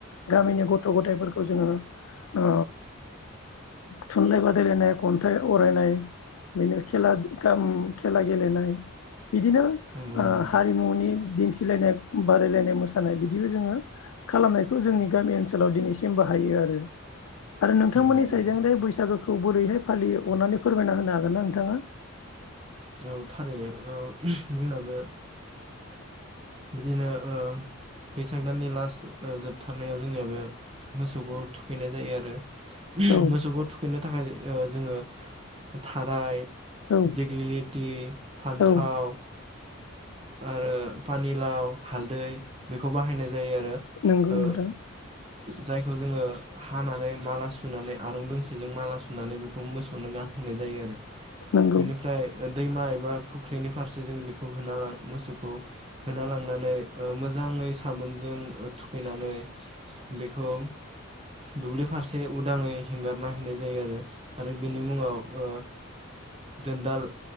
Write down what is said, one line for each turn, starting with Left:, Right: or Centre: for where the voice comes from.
Left: गामिनि गथ' गथायाइफोरखौ जोङो ओ थुनलाइ बादायलायनाय खन्थाइ अरायनाय बिनि खेला खेला गेलेनाय बिदिनो
Right: नंगौ
Left: ओ
Right: नंगौ
Left: न'नि दिन्थिलायनाय बादायलायनाय मोसानाय बिदिबो जोङो खालामनायखौ जोंनि गामि ओनसोलाव दिनैसिम बाहायो आरो आरो नोंथांमोननि
Right: नंगौ नंगौ
Left: साइदजों बैसागो खौ बोरैहाय फालियो अननानै फोरमायना होनो हागोन ना नोंथाङा?
Right: औ थारैनो औ जोंनाबो बिदिनो ओ बैसाग दाननि लास ओ जोबथारनायाव जोंनियाबो मोसौखौ थुखैनाय जायो आरो
Left: औ
Right: मोसौखौ थुखैनो थाखाय ओ जोङो थाराय
Left: औ
Right: दिग्लिलिटि, फान्थाव,
Left: औ
Right: आरो फानि लाव हालदै बेखौ बाहायनाय जायो आरो
Left: नंगौ
Right: ओ
Left: नोंथां
Right: जायखौ जोङो हानानै माला सुनानै आरं दोंसेजों माला सुनानै बेखौ मोसौनो गानहोनाय जायो आरो
Left: नंगौ
Right: बेनिफ्राय दैमा एबा फुख्रिनि फार जों बेखौ होना ला मोसौ होना लांनानै ओ मोजाङै साबोनजों थुखैनानै बेखौ दुब्लि फारसे उदाङै हेंगारना हैनाय जायो आरो आरो बिनि मुङाव ओ दोनदाल